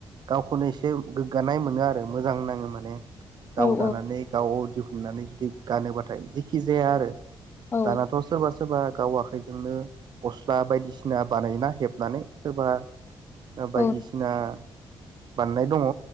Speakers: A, on the right; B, on the left.
A: गावखौनो एसे गोग्गानाय मोनो आरो मोजां नाङो माने।
B: औ
A: गाव दानानै
B: औ
A: गाव। दिुहुननानै जुदि गानोबाथाय जेखि जाया आरो।
B: औ
A: दनाथ' सोरबा-सोर। सोरबा गाव आखायजोंनो गस्ला बायदिसि ना बानायना हेबनानै। सोरबा आ
B: औ
A: बायदिसिना। बाननाय दङ।